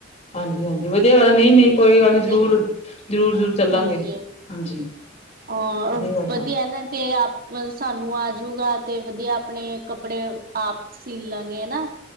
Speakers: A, on the left; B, on the right.
A: ਹਾਂਜੀ- ਹਾਂਜੀ ਵਧੀਆ ਗੱਲ, ਨਹੀਂ -ਨਹੀਂ ਕੋਈ ਗੱਲ ਨਈ
B: ਤੇ
A: ਜਰੂਰ ਜ਼ਰੂਰ- ਜ਼ਰੂਰ ਚੱਲਾਂਗੇ,
B: ਹਾਂਜੀ
A: ਹਾਂਜੀ।
B: ਅ,
A: ਗੱਲ
B: ਵਧੀਆ
A: ਆ
B: ਨਾ ਤੇ ਆਪ ਸਾਨੂੰ ਆ ਜੂਗਾ, ਤੇ ਵਧੀਆ ਆਪਣੇ ਕੱਪੜੇ ਆਪ ਸੀ ਲਾਂਗੇ ਹਨ